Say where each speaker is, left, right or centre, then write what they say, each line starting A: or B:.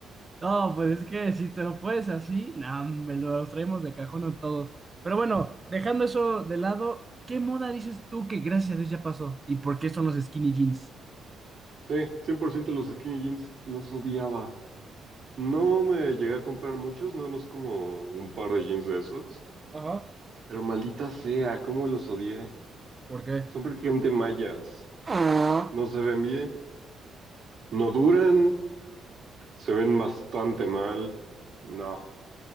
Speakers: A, on the right (about 25°); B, on the right (about 50°).
A: no, pues es que si te lo puedes así, nah, me los traemos de cajón a todos. Pero bueno, dejando eso de lado, ¿qué moda dices tú que gracias a Dios ya pasó? ¿Y por qué son los skinny jeans?
B: Sí, cien por ciento los skinny jeans los odiaba. No me llegué a comprar muchos, nada más como un par de jeans de esos.
A: Ajá,
B: Pero maldita sea, cómo los odié.
A: ¿por qué?
B: Son prácticamente mallas.
A: <laughs>
B: No se ven bien, no duran, se ven bastante mal. No,